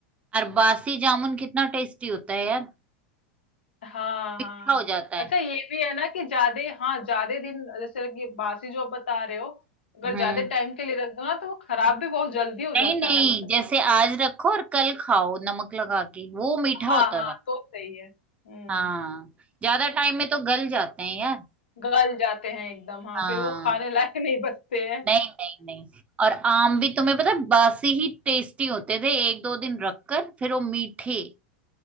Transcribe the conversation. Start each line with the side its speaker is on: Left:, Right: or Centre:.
Right: और बासी जामुन कितना टेस्टी होता है यार
Left: हाँ हाँ
Right: मीठा हो जाता है
Left: अच्छा ये भी है ना कि ज्यादा हाँ ज्यादा दिन जैसे कि बासी जो आप बता रहे हो अगर
Right: हम्म
Left: ज्यादा टाइम के लिए रख दो ना तो वो खराब भी बहुत जल्दी हो
Right: नहीं
Left: जाता
Right: नहीं
Left: है उस
Right: जैसे आज रखो और कल खाओ नमक लगा के वो मीठा
Left: हाँ,
Right: होता
Left: हाँ,
Right: था
Left: तो सही है। हुँ,
Right: हाँ ज्यादा टाइम में तो गल जाते हैं यार
Left: गल जाते हैं एकदम हाँ,
Right: हाँ
Left: फिर वो खाने लायक नहीं बचते हैं।
Right: नहीं नहीं नहीं और आम भी तुम्हें पता है बासी ही टेस्टी होते थे एक दो दिन रखकर फिर वो मीठे